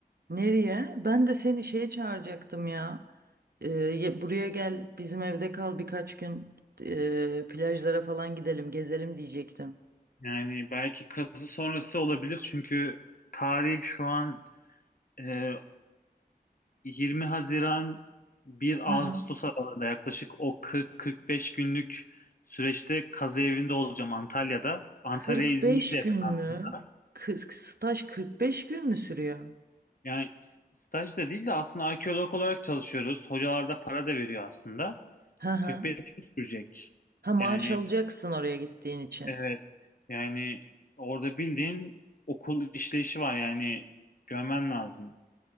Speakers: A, on the right; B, on the left.
A: Nereye? Ben de seni şeye çağıracaktım ya. Ee, ya- buraya gel, bizim evde kal birkaç gün. Ee, plajlara falan gidelim, gezelim diyecektim.
B: Yani belki kazı sonrası olabilir çünkü tarih şu an e, 20 Haziran 1
A: Hı
B: Ağustos
A: hı.
B: aralığında yaklaşık o 40-45 günlük süreçte kazı evinde olacağım Antalya'da. Antalya
A: Kırk
B: İzmir'e
A: beş
B: de yakın
A: gün mü?
B: aslında.
A: Kız staj 45 gün mü sürüyor?
B: Yani s- staj da değil de aslında arkeolog olarak çalışıyoruz. Hocalar da para da veriyor aslında.
A: Hı hı.
B: 45 gün sürecek.
A: Ha maaş
B: Yani
A: alacaksın oraya gittiğin için.
B: evet yani orada bildiğin okul işleyişi var yani görmen lazım.